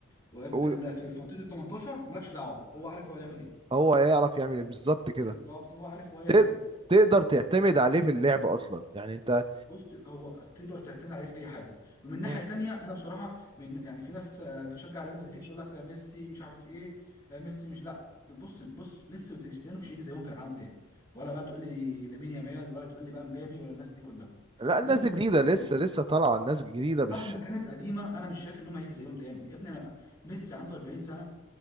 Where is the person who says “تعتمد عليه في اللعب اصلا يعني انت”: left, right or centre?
Right